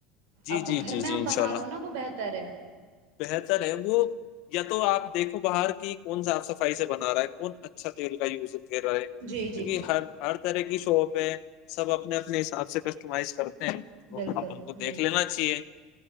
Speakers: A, on the left (about 55°); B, on the right (about 70°).
A: جی
B: اب
A: جی
B: وہ گھر
A: جی
B: میں
A: جی
B: آپ
A: انشاء
B: بنا
A: اللہ
B: لو نا وہ بہتر ہے
A: بہتر ہے وہ تو آپ دیکھو باہر کی کون صاف سفائی سے بنا رہا ہے کون اچھا تیل کا یوز رہے
B: جی جی
A: کیونکہ
B: جی
A: ہر ہر طرح کی پہ سب اپ نے اپنے حساب سے کسٹمائز کرتے ہیں وہ
B: بالکل
A: کو
B: بالکل
A: دیکھ لینا چاہیے